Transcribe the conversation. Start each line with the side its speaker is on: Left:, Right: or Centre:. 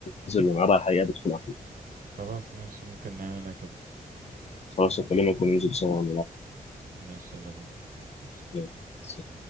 Left: ننزل ونلعبها على الحقيقه بتكون احلى
Right: خلاص ماشي ممكن نعملها كده
Left: خلاص اكلمك وننزل سوا
Right: ماشي يلا بينا ماشي.
Left: ونلعبها